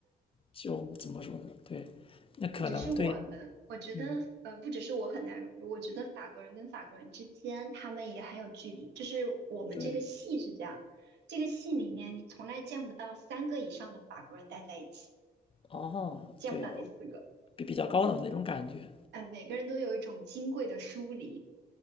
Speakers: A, on the left; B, on the right.
A: 就怎么说呢？对，那可能对，
B: 不只是我们，我觉得，
A: 嗯，
B: 呃，不只是我很难融入，我觉得法国人跟法国人之间，他们也很有距离。就是我们这个系是这样，
A: 对，
B: 这个系里面你从来见不到三个以上的法国人待在一起，
A: 哦，
B: 见不到第四个。
A: 对，比比较高冷那种感觉，
B: 嗯、每个人都有一种金贵的疏离。